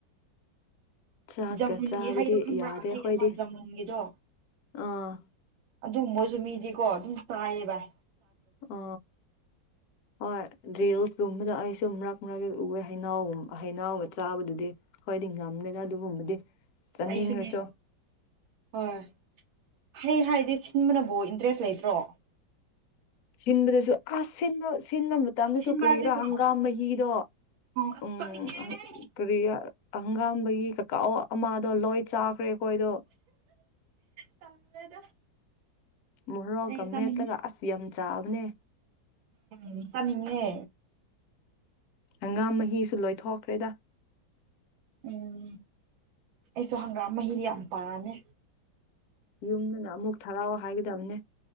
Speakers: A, on the left; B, on the right.
A: ꯆꯥꯛꯀ
B: ꯖꯃꯨꯟꯒꯤ
A: ꯆꯥꯕꯗꯤ
B: ꯍꯩꯗꯣ ꯈꯪꯕ꯭ꯔꯥ
A: ꯌꯥꯗꯦ
B: ꯍꯩ
A: ꯑꯩꯈꯣꯏꯗꯤ
B: ꯑꯃ ꯖꯃꯨꯟꯒꯤꯗꯣ
A: ꯑꯥ
B: ꯑꯗꯨꯒꯨꯝꯕꯁꯨ ꯃꯤꯗꯤꯀꯣ ꯑꯗꯨꯝ ꯆꯥꯏꯌꯦ ꯚꯥꯏ
A: ꯑ ꯍꯣꯏ ꯗꯔꯤꯜꯁ ꯔꯨꯝꯕꯅ ꯑꯩꯁꯨ ꯃꯔꯛ ꯃꯔꯛ ꯎꯑꯦ ꯍꯩꯩꯅꯎꯒꯨꯝ ꯑ ꯍꯩꯩꯅꯎꯒ ꯆꯥꯕꯗꯨꯗꯤ ꯈꯣꯏꯗꯤ ꯉꯝꯗꯦꯅ ꯑꯗꯨꯒꯨꯝꯕꯗꯤ ꯆꯥꯅꯤꯡꯔꯁꯨ
B: ꯑꯩꯁꯨꯅꯦ ꯍꯣꯏ ꯍꯩ ꯍꯥꯏꯔꯗꯤ ꯁꯤꯟꯕꯅꯕꯨ ꯏꯟꯇꯔꯦꯁ ꯂꯩꯇ꯭ꯔꯣ
A: ꯁꯤꯟꯕꯗꯁꯨ ꯑꯥꯁ ꯁꯤꯟꯕ ꯁꯤꯟꯕ ꯃꯇꯝꯗꯁꯨ
B: ꯁꯤꯟꯕꯔꯁꯦꯀꯣ
A: ꯀꯔꯤꯔꯥ ꯍꯪꯒꯥꯝ ꯃꯍꯤꯗꯣ
B: ꯑꯁ
A: ꯎꯝ
B: ꯆꯠꯅꯤꯡꯉꯦ
A: ꯎꯝ ꯀꯔꯤꯌꯥ ꯑꯪꯒꯥꯝꯕꯒꯤ ꯀꯀꯥꯑꯣ ꯑꯃꯥꯗꯣ ꯂꯣꯏ ꯆꯥꯈ꯭ꯔꯦ ꯑꯩꯈꯣꯏꯗꯣ
B: ꯇꯜꯂꯦꯗ
A: ꯃꯔꯣꯒ
B: ꯑꯩ ꯆꯥꯅꯤꯡꯉꯦ
A: ꯃꯦꯠꯂꯒ ꯑꯁ ꯌꯥꯝ ꯆꯥꯕꯅꯦ
B: ꯎꯝ ꯆꯅꯤꯡꯉꯦ
A: ꯍꯪꯒꯥꯝ ꯃꯍꯤꯁꯨ ꯂꯣꯏꯊꯣꯛꯈ꯭ꯔꯦꯗ
B: ꯎꯝ ꯑꯩꯁꯨ ꯍꯪꯒꯥꯝ ꯃꯍꯤꯗꯤ ꯌꯥꯝ ꯄꯥꯝꯃꯦ
A: ꯌꯨꯝꯗꯅ ꯑꯃꯨꯛ ꯊꯔꯥꯎꯑꯣ ꯍꯥꯏꯒꯗꯝꯅꯦ